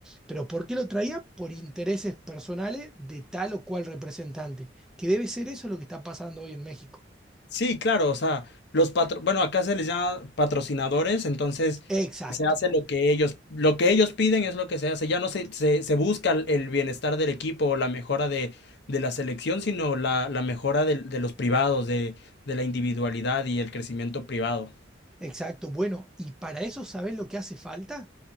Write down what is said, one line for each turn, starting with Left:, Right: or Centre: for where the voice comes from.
Centre: Pero ¿por qué lo traía? Por intereses personales de tal o cual representante, que debe ser eso lo que está pasando hoy en México.
Left: Sí, claro. O sea, los patro, bueno, acá se les llama patrocinadores, entonces
Centre: Exacto,
Left: se hace lo que ellos, lo que ellos piden es lo que se hace. Ya no se, se, se busca el el bienestar del equipo o la mejora de, de la selección, sino la, la mejora del- de, los privados, de, de la individualidad y el crecimiento privado.
Centre: exacto. Bueno, y para eso, ¿sabes lo que hace falta?